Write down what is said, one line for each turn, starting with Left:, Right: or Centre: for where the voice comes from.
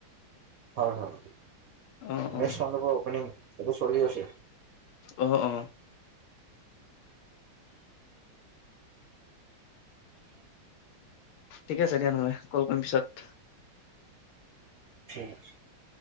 Right: হয় হয়
Left: অ', অ',
Right: মন্দেপা অপেনিং। ছবে চলি আছে।
Left: অহ অহ ঠিক আছে দিয়া নহলে কল কৰিম পিছত,
Right: ঠিক আছে।